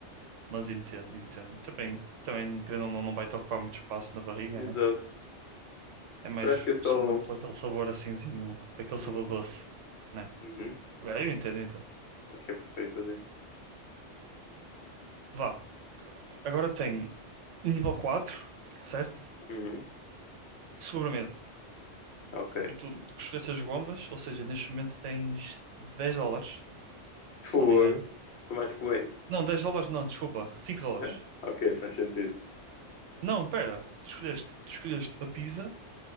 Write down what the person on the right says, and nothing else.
Mas entendo, entendo. Também, também, querendo ou não, não vai-te ocupar muito espaço na barriga,
né? É mais
só mesmo por aquele sabor assimzinho, aquele sabor
doce, né?
É, Eu entendo, eu entendo.
Vá. Agora tem nível quatro certo?
Sobremesa.
E tu escolheste as gomas, ou seja, neste momento tens 10 dólares,
se não me engano.
Não, 10 dólares não, desculpa, 5 dólares.
Não, pera, tu escolheste, tu escolheste a pizza,